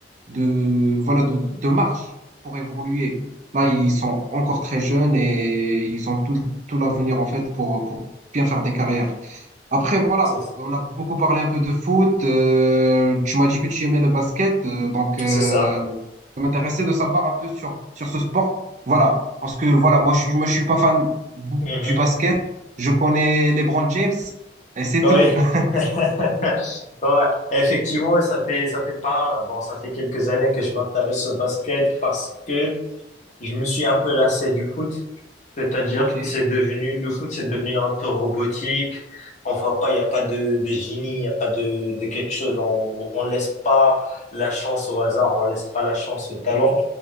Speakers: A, on the right; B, on the left.
A: de, voilà, de, de marge pour évoluer. Là, ils sont encore très jeunes et ils ont tout, tout l'avenir, en fait, pour, pour bien faire des carrières. Après, voilà,
B: c'est
A: on a beaucoup parlé un peu de foot. euh, tu m'as dit que tu aimais le basket, euh, donc euh,
B: c'est ça.
A: ça m'intéressait de savoir un peu sur, sur ce sport. Voilà, parce que voilà, moi je suis, moi, je suis pas fan bou-
B: Mhm.
A: du basket. Je connais LeBron James et c'est
B: Oui.
A: tout. <laughs>
B: <laughs> Ouais. Effectivement, ça fait, ça fait pas, bon, ça fait quelques années que je m'intéresse au basket parce que je me suis un peu lassé du foot. C'est-à-dire
A: Ok, ouais,
B: que c'est devenu, le foot, c'est devenu un peu robotique. On voit pas, il y a pas de, de génie, il y a pas de, de quelque chose. On, on laisse pas la chance au hasard, on laisse pas la chance au talent.